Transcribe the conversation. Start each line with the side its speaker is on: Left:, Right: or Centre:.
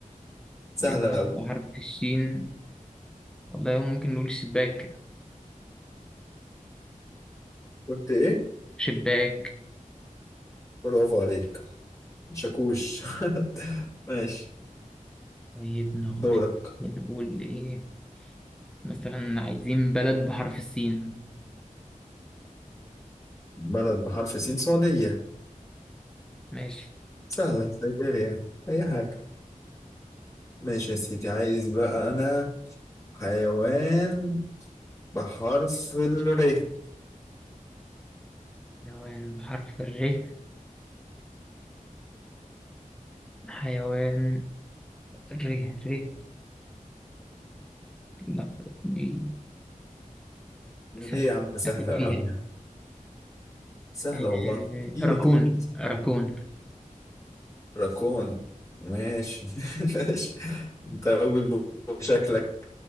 Left: سهلة
Centre: جماد
Left: أوي
Centre: بحرف الشين والله ممكن نقول شباك
Left: قلت ايه
Centre: شباك
Left: برافو عليك شاكوش <laughs> ماشي
Centre: طيب نخش
Left: دورك
Centre: نقول ايه مثلا عايزين بلد بحرف السين
Left: بلد بحرف سين سعودية
Centre: ماشي
Left: سهلة سيبيريا أي حاجة ماشي يا سيدي عايز بقى أنا حيوان بحرف الر
Centre: حيوان بحرف الر حيوان ر ر لا دي
Left: ليه
Centre: سوا
Left: يا عم سهلة
Centre: أكيد فيها
Left: أوي يعني؟ سهلة
Centre: إيه،
Left: والله في
Centre: راكون
Left: أكيد
Centre: راكون
Left: راكون ماشي <laughs> ماشي أنت أوي مبو- شكلك